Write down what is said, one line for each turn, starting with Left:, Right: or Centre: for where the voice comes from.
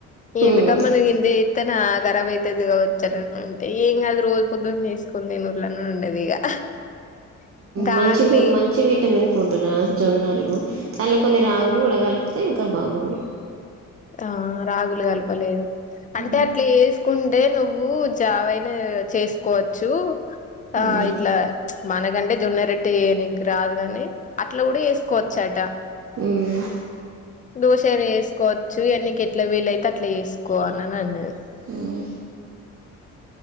Left: ఏందుకమ్మా
Right: ఉమ్
Left: నువ్గింది త్తనా కరాబ్ అయితది కావచ్చ రవ్వ అంతే ఏం కాదు రోజు పొద్దున్న చేసుకోని తినుర్రీ అని అన్నదిగా ఇగ దాన్నే
Right: మంచి ఫిం మంచి విటమిన్ ఫుడ్ నా జొన్నలు అలా కొన్ని రాగులు కూడ కలిపితే ఇంకా బాగుండు
Left: ఆ రాగులు కలపలేదు అంటే
Right: ఉమ్
Left: అట్ల ఏసుకున్ టే నువ్వు జావయినా అ చేసుకోవచ్చు ఆ
Right: ఉమ్
Left: ఇట్లా చ్ మనగంటే జొన్న రొట్ అంటే ఏయనిక్ రాదు గాని అట్ల కూడ చేసుకోవచ్చట
Right: మ్మ్
Left: దోశని వేసుకోవచ్చు ఇగ నీకు ఎట్లా వీలైతే అట్ల ఏస్ కోఆన అన్నది
Right: హ్మ్